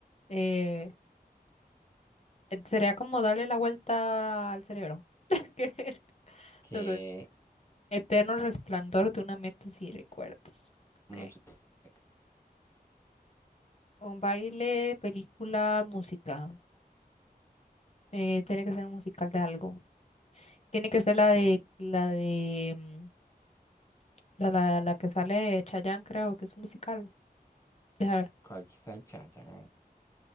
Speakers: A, on the left; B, on the left.
A: Eh, sería como darle la vuelta al cerebro. <laughs> ¿Qué era?
B: Que
A: Entonces, eterno resplandor de una mente sin recuerdos. Okay.
B: mucho texto.
A: Un baile, película, música. Eh, tiene que ser un musical de algo. Tiene que ser la de
B: Mm,
A: la de mm, la, la, la que sale de Chayanne, creo que es un musical. Dejar,
B: ¿Cuál quizá el Chayán?